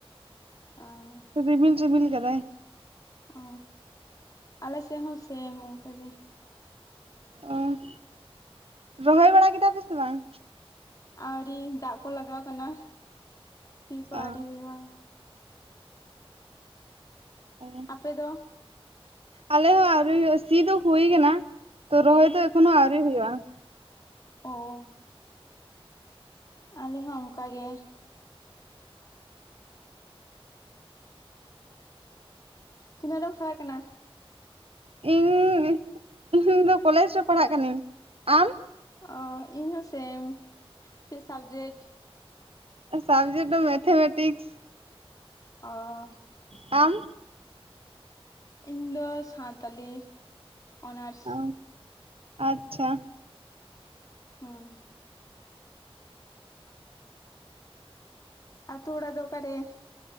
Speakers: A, on the left; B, on the right.
A: ᱚᱻ
B: ᱨᱤᱢᱤᱞ ᱨᱤᱢᱤᱞ ᱠᱟᱫᱟᱭ ᱾
A: ᱚ ᱟᱞᱮ ᱥᱮᱜ ᱦᱚᱸ ᱥᱮᱢ ᱚᱝᱠᱟ ᱜᱮ,
B: ᱚ ᱨᱚᱦᱚᱭ ᱵᱟᱲᱟ ᱠᱮᱫᱟ ᱯᱮ ᱥᱮ ᱵᱟᱝ?
A: ᱟᱣᱨᱤ ᱫᱟᱜ ᱠᱚ ᱞᱟᱜᱟᱣ ᱠᱟᱱᱟ ᱥᱤ ᱠᱚ
B: ᱚ
A: ᱟᱣᱨᱤ ᱦᱩᱭᱩᱜᱼᱟ ᱾
B: ᱚ
A: ᱟᱯᱮ ᱫᱚ?
B: ᱟᱞᱮ ᱦᱚᱸ ᱟᱣᱨᱤ ᱦᱩᱭᱩᱜᱼᱟ ᱾ ᱥᱤ ᱫᱚ ᱦᱩᱭ ᱠᱟᱱᱟ ᱛᱚ ᱨᱚᱦᱚᱭ ᱫᱚ ᱮᱠᱷᱚᱱᱳ ᱟᱣᱨᱤ ᱦᱩᱭᱩᱜᱼᱟ ᱾
A: ᱚᱻ ᱟᱞᱮ ᱦᱚᱸ ᱚᱝᱠᱟᱜᱮ ᱛᱤᱱᱟᱹᱜ ᱨᱮᱢ ᱯᱟᱲᱦᱟᱜ ᱠᱟᱱᱟ?
B: ᱤᱧᱻ ᱤᱧ ᱫᱚ ᱠᱚᱞᱮᱡᱽ ᱨᱮ ᱯᱟᱲᱦᱟᱜ ᱠᱟᱱᱟᱹᱧ, ᱟᱢ?
A: ᱚᱻ ᱤᱧ ᱦᱚᱸ ᱥᱮᱢ ᱪᱮᱫ ᱥᱟᱵᱽᱡᱮᱴ
B: ᱥᱟᱵᱡᱮᱴ ᱫᱚ ᱢᱮᱛᱷᱟᱢᱮᱴᱤᱠᱥ
A: ᱚᱻ
B: ᱟᱢ?
A: ᱤᱧ ᱫᱚ ᱥᱟᱶᱛᱟᱞᱤ ᱚᱱᱟᱨᱥ
B: ᱚᱻ ᱟᱪᱪᱷᱟ
A: ᱦᱚᱸ ᱟᱹᱛᱩ ᱚᱲᱟᱜ ᱫᱚ ᱚᱠᱟᱨᱮ?